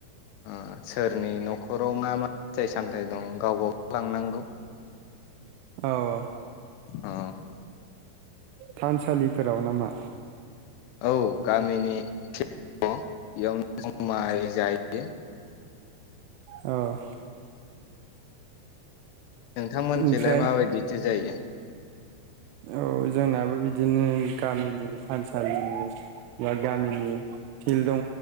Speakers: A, on the left; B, on the right.
A: ओ सोरनि न'खराव मा मा फिथाइ सामथाइ दं गावबागाव लांनांगौ
B: औ औ
A: अ
B: थानसालिफोराव नामा
A: औ गामिनि बेयावनो जुमाइ दायो
B: औ
A: नोंथांमोनखैलाय
B: ओमफ्राय
A: माबायदिथो जायो?
B: औ जोंनाबो बिदिनो गामिनि थानसालिनि बा गामि ओम फिल दङ